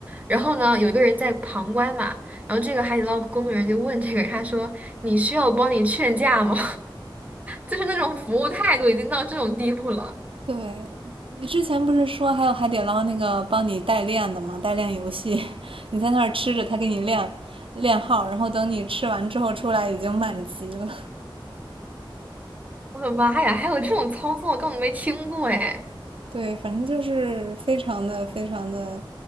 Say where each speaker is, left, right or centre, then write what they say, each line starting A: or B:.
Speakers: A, on the right (about 15°); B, on the right (about 85°).
A: 然后呢有一个人在旁观嘛，然后这个海底捞工作人员就问这个人，他说你需要我帮你劝架吗？就是那种服务态度已经到这种地步了。
B: 对，你之前不是说还有海底捞那个帮你代练的吗？代练游戏，<laughs> 你在那儿吃着，他给你练练号，然后等你吃完之后出来已经满级了。
A: 我的妈呀，还有这种操作，根本没听过哎。
B: 对，反正就是非常的非常的